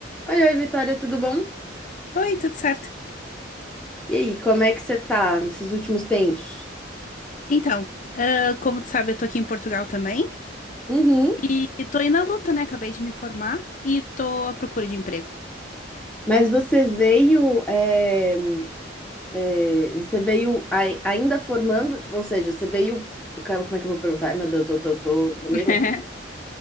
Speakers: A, in the centre; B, on the left.
A: Oi, oi, Vitória, tudo bom?
B: Oi, tudo certo?
A: E aí, como é que você tá nesses últimos tempos?
B: Então, ah, como tu sabe, eu tô aqui em Portugal também
A: Uhum.
B: e e tô aí na luta, né? Acabei de me formar e tô à procura de emprego.
A: Mas você veio, é, é, você veio ai- ainda formando, tipo, ou seja, você veio, cara, como é que eu vou perguntar? Ai, meu Deus, eu tô, tô, tô meio
B: <laughs>
A: louca.